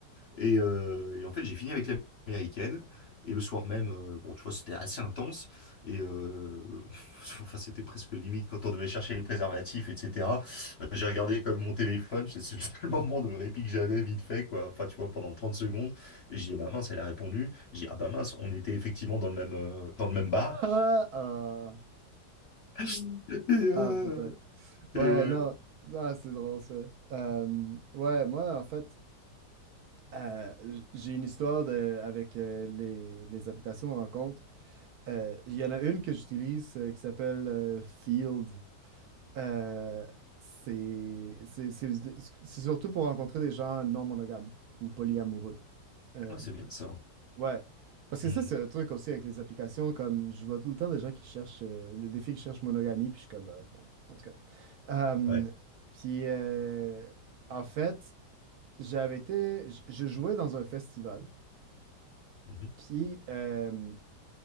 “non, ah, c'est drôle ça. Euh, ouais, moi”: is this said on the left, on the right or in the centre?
Right